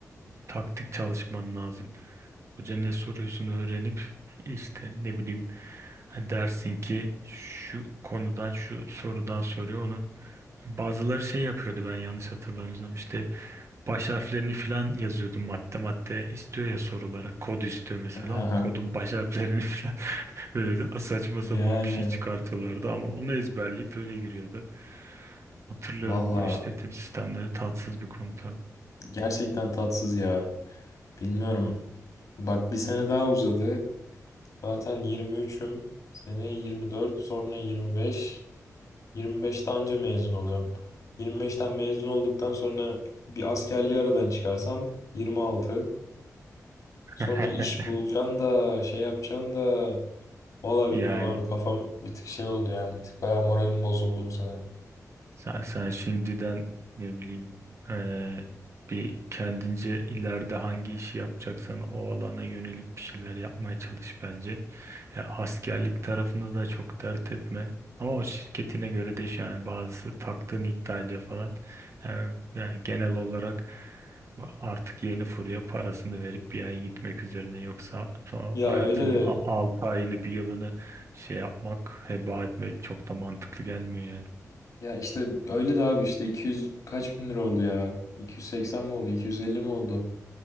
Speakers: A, on the right; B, on the left.
A: taktik çalışman lazım. Hoca ne soruyorsun öğrenip işte ne bileyim hani dersin ki şu konudan şu sorudan soruyor onu Bazıları şey yapıyordu ben yanlış hatırlamıyorsam işte baş harflerini filan yazıyordu madde madde istiyor ya sorulara kod istiyor mesela
B: Haha.
A: o kodun baş harflerini <laughs> filan böyle de saçma
B: Yani
A: sapan bir şey çıkartıyorlardı ama onu ezberleyip öyle giriyordu. Hatırlıyorum
B: valla
A: ama işletim sistemleri tatsız bir konu tabii.
B: gerçekten tatsız ya. Bilmiyorum. Bak bir sene daha uzadı. Zaten 23'üm. Seneye 24, sonra 25. 25'te anca mezun oluyorum. 25'ten mezun olduktan sonra bir askerliği aradan çıkarsam 26. Sonra
A: <laughs>
B: iş bulacaksın da şey yapacaksın da valla bilmiyorum
A: Yani
B: abi kafam bir tık şey oldu yani. Bir tık bayağı moralim bozuldu bu sene.
A: sen, sen şimdiden ne bileyim eee, bir kendince ileride hangi işi yapacaksan o alana yönelik bir şeyler yapmaya çalış bence. E, askerlik tarafında da çok dert etme. Ama o şirketine göre değişiyor. Yani bazısı taktığını iddia ediyor falan. E, yani genel olarak artık yeni furya parasını verip bir ay gitmek üzerine yoksa sonra
B: Ya
A: hayatın
B: öyle de
A: 6 ayını bir yılını şey yapmak, heba etmek çok da mantıklı gelmiyor yani.
B: Ya işte öyle de abi işte 200 kaç bin lira oldu ya? 280 mi oldu? 250 mi oldu?